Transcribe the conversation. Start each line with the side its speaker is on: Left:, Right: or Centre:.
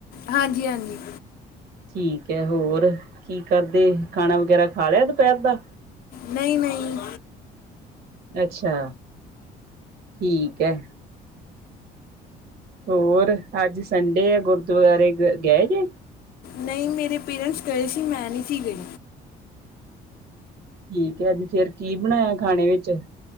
Left: ਹਾਂਜੀ-ਹਾਂਜੀ।
Right: ਠੀਕ ਐ, ਹੋਰ ਕੀ ਕਰਦੇ, ਖਾਣਾ ਵਗੈਰਾ ਖਾ ਲਿਆ ਦੁਪਹਿਰ ਦਾ।
Left: ਨਹੀਂ-ਨਹੀਂ।
Right: ਅੱਛਾ, ਠੀਕ ਐ। ਹੋਰ ਅੱਜ ਸੰਡੇ ਆ, ਗੁਰਦੁਆਰੇ ਗ ਗਏ ਜੇ?
Left: ਨਹੀਂ ਮੇਰੇ ਪੇਰੈਂਟਸ ਗਏ ਸੀ, ਮੈਂ ਨਹੀਂ ਸੀ ਗਈ।
Right: ਠੀਕ ਐ, ਅੱਜ ਫੇਰ ਕੀ ਬਣਾਇਆ ਖਾਣੇ ਵਿੱਚ?